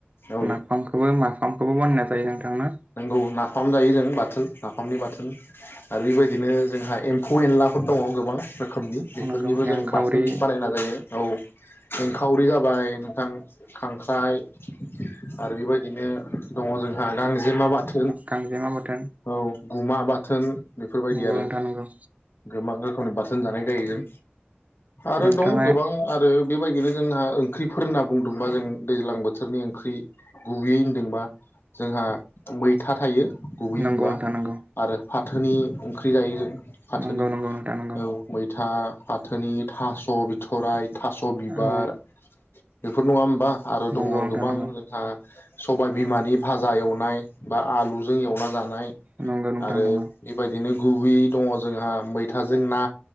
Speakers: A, on the left; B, on the right.
A: औ
B: नाफामखौबो माफामखौबो बानायनाय जायो नोंथांनो
A: नोंगौ नाफाम जायो जों बाथोन नाफामनि बाथोन आरो बेबायदि बिओदिनो जोंहा एम्फौ एनलाफोर दङ गोबां रोखोमनि बेफोरनिबो
B: नंगौ एंखावरि
A: जों बासोन बानायना जायो। सिंखावरि जाबाय नोंथां खांख्राइ आरो बेबायदिनो दङ जोंहा गांजेमा बाथोन
B: गांजेमा बाथोन
A: औ। गुमा बाथोन बेफोरबायदि
B: नंगौ
A: आरो
B: नोंथां नंगौ
A: गोबां गावनि बाथोन जानाय जायो जों आरो
B: नोंथाङा
A: दं गोबां आरो बेबायदिनो जोंहा ओंख्रिफोर होनना बुंदोंबा जों दैज्लां बोथोरनि ओंख्रि। गुबैयै होनदोंबा जोंहा मैथा थायो गुबै
B: नंगौ
A: होनबा
B: नोंथां नंगौ
A: आरो फाथोनि ओंख्रि जायो जों फाथोनि
B: नंगौ नंगौ नोंथां नंगौ
A: औ मैथा फाथोनि। थास बिथराय थास बिबार
B: औ
A: बेफोर नङा होमबा? आरो
B: नंगौ
A: दङ
B: नंगौ नोंथां
A: गोबां
B: नंगौ
A: जोंहा सबायाइ बिमानि भाजा एवनाय। बा आलुजों एवना जानाय
B: नंगौ नोंथां
A: आरो
B: नंगौ
A: बेबायदिनो गुबैयै दङ जोंहा मैथाजों ना